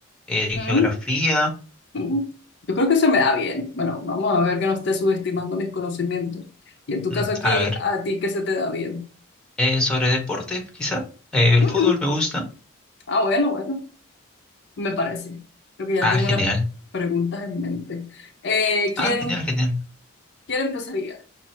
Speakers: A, in the centre; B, on the left.
A: eh,
B: Mm,
A: geografía,
B: mm. Yo creo que se me da bien. Bueno, vamos a ver que no esté subestimando mis conocimientos. Y en tu
A: <laughs>
B: caso aquí,
A: a ver,
B: ¿a ti qué se te da bien?
A: eh, sobre deporte quizá. Eh, el
B: Mm,
A: fútbol me gusta.
B: Ah, bueno, bueno, me parece. Creo que ya
A: Ah,
B: tengo
A: genial.
B: unas preguntas en mente. Eh,
A: Ah,
B: ¿quién,
A: genial, genial.
B: quién empezaría